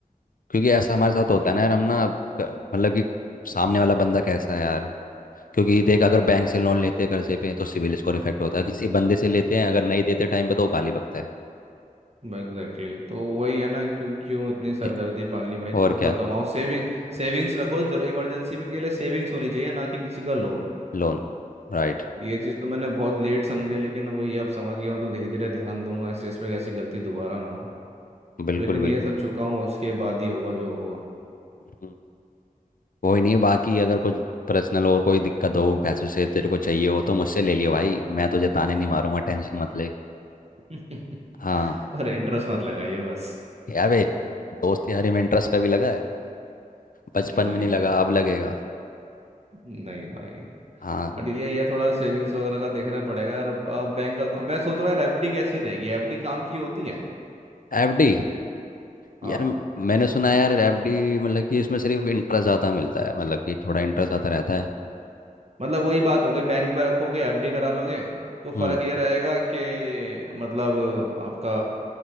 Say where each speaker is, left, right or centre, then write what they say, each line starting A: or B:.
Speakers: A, on the left; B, on the right.
A: क्योंकि ऐसा हमारे साथ होता है ना यार हम ना क- मतलब कि सामने वाला बंदा कैसा है यार क्योंकि देख अगर बैंक से लोन लेते हैं कर्जे पे तो सिविल स्कोर इफेक्ट होता है किसी बंदे से लेते हैं अगर नहीं देते टाइम पे तो वो गाली बकता है
B: Exactly exactly. तो वही है ना क्यों क्यों इतनी सरदर्दी
A: ए-
B: पाल ली भाई खुद
A: और क्या
B: का कमाओ सेविंग सेविंग्स रखो जरूर इमरजेंसी में के लिए सेविंग्स होनी चाहिए ना कि किसी का लोन
A: लोन राइट
B: ये चीज़ तो मैंने बहुत लेट समझी लेकिन वही अब समझ गया हूँ तो धीरे धीरे ध्यान दूंगा इस इस पे ऐसी गलती दोबारा ना हो
A: बिल्कुल
B: लेकिन
A: बिल्कुल
B: ये सब चुका हूँ उसके बाद ही होगा जो होगा
A: हम्म। कोई नहीं बाकी अगर कुछ पर्सनल और कोई दिक्कत हो पैसों से तेरे को चाहिए हो तो मुझसे ले लियो भाई मैं तुझे ताने नहीं मारूंगा टेंशन मत ले
B: <laughs>
A: हाँ
B: और इंटरेस्ट मत लगाइए बस
A: यार वे दोस्त यारी में इंटरेस्ट कभी लगा है बचपन
B: नहीं
A: में नहीं लगा
B: भाई
A: अब लगेगा
B: नहीं भाई
A: हाँ
B: बट ये ये थोड़ा सेविंग्स वगैरह का देखना पड़ेगा यार बैंक का मैं सोच रहा हूँ यार एफडी कैसी रहेगी एफडी काम की होती है
A: एफडी
B: हाँ
A: यार म- मैंने सुना है यार एफडी मतलब कि इसमें सिर्फ इंटरेस्ट ज़्यादा मिलता है मतलब कि थोड़ा इंटरेस्ट ज़्यादा रहता है
B: मतलब वही बात हो गई बैंक में रखोगे एफडी करा लोगे तो फर्क
A: हम्म
B: ये रहेगा कि मतलब आपका